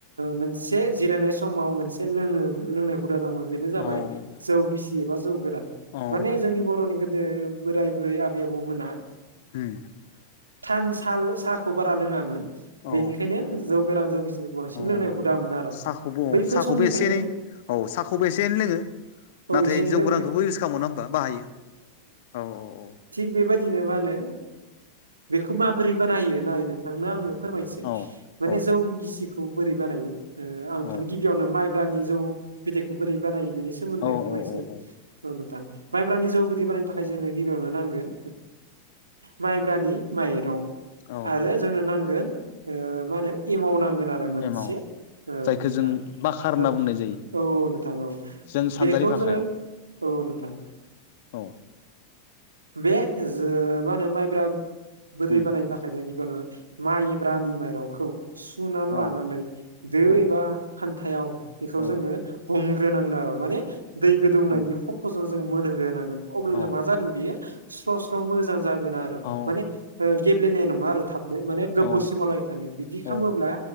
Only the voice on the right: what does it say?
मोनसे जिरायनाय समाव मोनसे लोङो लोंनाय हुदा दंमोन बेनो जाबाय
जौ गिसि एबा जौ गोरान
माने जोंनि बर'नि गोदो बोराय बुरै आबै आबौ मोना
थान साल साहाखौ बारा लोङामोन
बेनिखायनो जौ गोरान जौ गिसिफोरखौ बांसिन
लोंनाय
हुदा मोनो आरो
बैफोर
समनिफ्रायनो
औ
एसे एनै
लोङो
थिग बेबायदिनो मा होनो बेखौ माबोरै बानायो नाय नोंथांनो आङो फोरमायनोसै
माने
जौ गिसिखौ बोरै बानायो आं नोंथांनो
गिबि यावनो माइब्रानि जौ बिदैखौ बोरै बानायो बेनि सोमोन्दै
फोरमायसै
औ नोंथां माइब्रानि जौ बिदै बानायनो थाखाय जोंनो गिबियावनो नांगोन माइब्रानि माइरं
आरो
जोंनो नांगोन मा होनो एमाव नांगोन आरो मोनसे
औ
नोंथां
औ
औ औ नोंथां औ
बेखौ
जोङो औ नोंथां
बे जो मा होनो माइब्रा गोदै
बानायनो था खाय जोङो गिबिनो माइब्रानि माइरंखौ सुनानै लानानै
दो
एबा खान्थायाव बेखौ
जोङो हमग्रोनांगोन आरो माने दै गोदौनायनि
खफ'जों जों मोनहोग्रोनांगोन अब्लानिया
मा जागोन बियो स्र' स्र' मोजां जागोन आरो
माने गेब्लेनाय नङा आरो थाब माने गोबाव
सिमाव लागि थांगोन बिदि खालामोब्ला